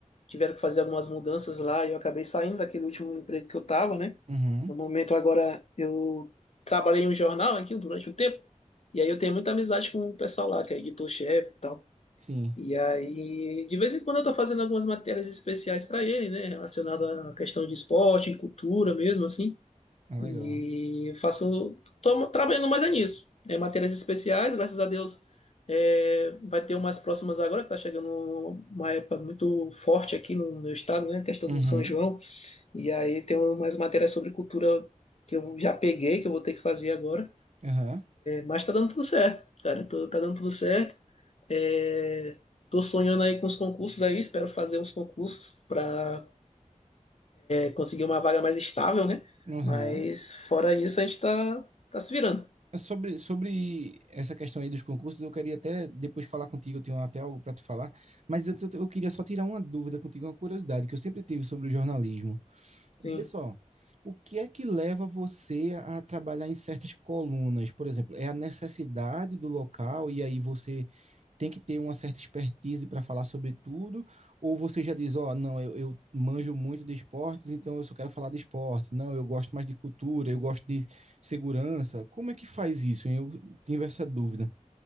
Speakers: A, on the left; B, on the right.
A: tiveram que fazer algumas mudanças lá e eu acabei saindo daquele último emprego que eu tava, né?
B: uhum,
A: No momento agora eu trabalhei em um jornal aqui durante um tempo. E aí eu tenho muita amizade com o pessoal lá, que é editor-chefe e tal.
B: sim,
A: E aí, de vez em quando eu estou fazendo algumas matérias especiais para ele, né, relacionada à questão de esporte, de cultura mesmo, assim.
B: é legal.
A: E eu faço, tô trabalhando mais é nisso. É matérias especiais, graças a Deus, é, vai ter umas próximas agora, que tá chegando uma época muito forte aqui no meu estado, né, questão
B: Uhum,
A: do São João. E aí tem umas matérias sobre cultura que eu já peguei, que eu vou ter que fazer agora.
B: aham,
A: Mas tá dando tudo certo, cara. Tô- tá dando tudo certo. É, tô sonhando aí com os concursos aí. Espero fazer uns concursos para conseguir uma vaga mais estável, né?
B: uhum,
A: Mas fora isso, a gente tá, tá se virando.
B: É Sobre, sobre essa questão aí dos concursos, eu queria até depois falar contigo, eu tenho até algo para te falar, mas antes eu, t- eu queria só tirar uma dúvida contigo, uma curiosidade que eu sempre tive sobre o jornalismo.
A: Sim,
B: Vê só, o que é que leva você a trabalhar em certas colunas? Por exemplo, é a necessidade do local e aí você tem que ter uma certa expertise para falar sobre tudo? Ou você já diz, ó, não, eu, eu manjo muito de esportes, então eu só quero falar de esporte. Não, eu gosto mais de cultura, eu gosto de segurança. Como é que faz isso? hein? Eu tive essa dúvida.